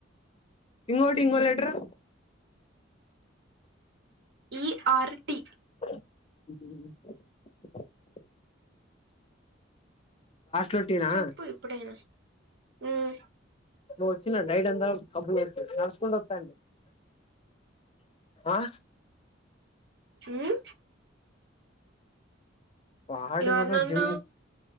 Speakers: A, on the left; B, on the right.
A: ఇంగోటి ఇంగొ లెటరు.
B: ఈ ఆర్ టి
A: అ లో టీ నా
B: చెప్పు ఇప్పుడైనా ఉమ్.
A: వచ్చిన నైట్ అంత కబ్బు లే నడస్కంట ఓత్తాన్న. అ.
B: హుం.
A: బాడీ
B: ఎవరినన్నా
A: కూడా జిమ్.